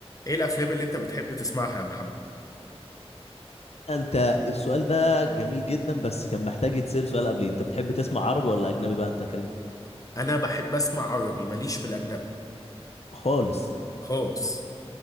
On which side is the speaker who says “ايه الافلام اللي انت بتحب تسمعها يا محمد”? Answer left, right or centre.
Left